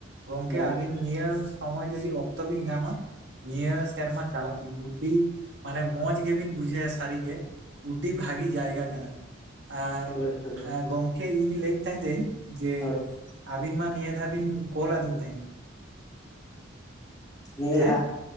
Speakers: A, on the right; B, on the left.
A: ᱜᱚᱝᱠᱮ
B: ᱦᱳᱭ
A: ᱟᱹᱵᱤᱱ ᱱᱤᱭᱟᱹ ᱥᱚᱢᱚᱭ ᱡᱩᱫᱤ ᱚᱠᱛᱚ ᱵᱤᱱ ᱧᱟᱢᱟ ᱱᱤᱭᱟᱹ ᱥᱮᱨᱢᱟ ᱪᱟᱞᱟᱜ ᱵᱤᱱ ᱩᱰᱤ ᱢᱟᱱᱮ ᱢᱚᱡᱽ ᱜᱮᱵᱤᱱ ᱵᱩᱡᱷᱟᱹᱣᱟ ᱥᱟᱹᱨᱤᱜᱮ ᱩᱰᱤ ᱵᱷᱟᱹᱜᱤ ᱡᱟᱭᱜᱟ ᱠᱟᱱᱟ ᱟᱨ
B: ᱦᱳᱭ ᱦᱳᱭ
A: ᱜᱚᱝᱠᱮ ᱤᱧ ᱞᱟᱹᱭᱮᱫ ᱛᱟᱦᱮᱸ ᱫᱟᱹᱧ ᱡᱮ
B: ᱦᱳᱭ
A: ᱟᱵᱤᱱ ᱢᱟ ᱱᱤᱭᱟᱹ ᱫᱷᱟᱣ ᱵᱤᱱ ᱠᱚᱞ ᱟᱹᱫᱤᱧ ᱛᱟᱦᱮᱸᱫ
B: ᱱᱤᱭᱟᱹ
A: ᱦᱮᱸ
B: ᱞᱟᱦᱟ